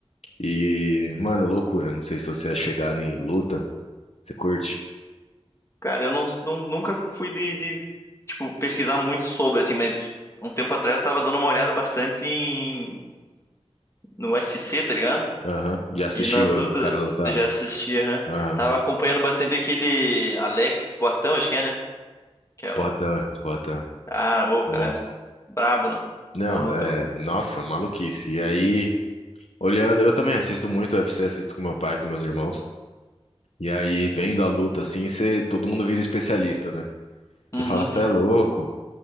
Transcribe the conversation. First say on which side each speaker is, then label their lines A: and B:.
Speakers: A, on the left; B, on the left.
A: E, mano, loucura. Não sei se você é chegado em luta. Você curte?
B: Cara, eu não, não- nunca fui de, de, tipo, pesquisar muito sobre, assim, mas um tempo atrás eu tava dando uma olhada bastante em, no UFC, tá ligado?
A: Aham. Já assistiu
B: E nas
A: o
B: lutas
A: cara lutar?
B: já assisti, aham.
A: Aham.
B: Tava acompanhando bastante aquele Alex Poatan, acho que é, né? Que é o.
A: Pota, pota.
B: Ah, ô, o cara
A: Bom.
B: é brabo no-
A: Não,
B: na luta,
A: é,
B: mano.
A: nossa, maluquice. E aí, olhando, eu também assisto muito UFC, assisto com meu pai, com meus irmãos. E aí, vendo a luta assim, você, todo mundo vira especialista, né? Você
B: Uhum.
A: fala, você é louco?